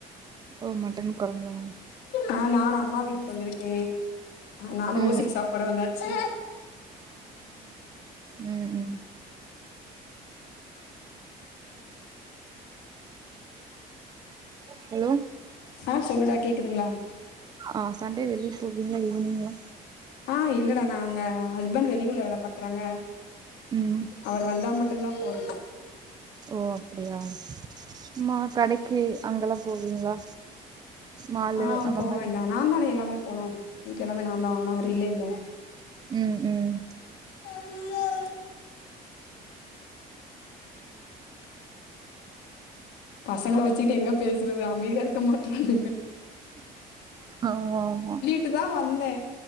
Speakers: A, on the right; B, on the left.
A: ஓ மட்டன் கொழும்பா
B: ஆ நான் அம்மா வீட்டுக்கு வந்துருக்கே ஆ நானு
A: ம்
B: ஓசில சாப்பாட வந்தாச்சி
A: உம் உம் ஹலோ
B: ஆ சொல்லுடா கேக்குதுங்ளா
A: ஆ சண்டே வெளியே போவீங்ளா ஈவினிங்லா
B: ஆ இல்லடா நாங்க ஹஸ்பண்ட் வெளி ஊர்ல வேல பாக்குறாங்க
A: ம்
B: அவர் வந்தா மட்டுதா போறது
A: ஓ அப்டியா சும்மா கடைக்கு அங்கெல்லா போவீங்ளா மாலு
B: ஆ
A: அந்த
B: போவேண்டா
A: மாரி
B: நா தானே எல்லாமே போனோ வீட்ல எல்லாமே நா தா வாங்கனு அவரு இல்லேல
A: உம் உம்
B: இல்லேல்ல பசங்கள வச்சிட்டு எங்க பேசுறது அமைதியா இருக்க மாற்றானுங்க
A: ஆமா ஆமா
B: விட்டு தா வந்த